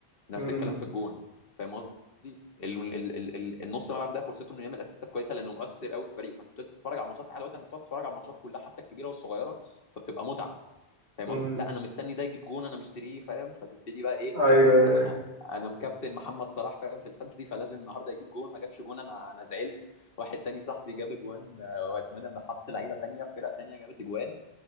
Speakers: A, on the left; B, on the right.
A: نفس
B: امم
A: الكلام في الجون فاهم قصدي ال- ال- ال- ال- النص ملعب ده فرصته انه يعمل اسيستات كويسه لانه مؤثر قوي في فريقه فانت بتتفرج على الماتشات في حاله وقتها، انت بتتفرج على الماتشات كلها حتى الكبيره والصغيره فبتبقى متعه فاهم
B: امم
A: قصدي لا انا مستني ده يجيب جون انا مشتريه فاهم فتبتدي بقى ايه
B: ايوه ايوه
A: انا
B: ايوه
A: انا مكابتن محمد صلاح فاهم في الفانسي فلازم النهارده يجيب جون ما جابش جون انا انا زعلت واحد تاني صاحبي جاب جوان آه، واسمه إيه ده أنا حط لعيبه تانيه في فرق تانيه جابت جوان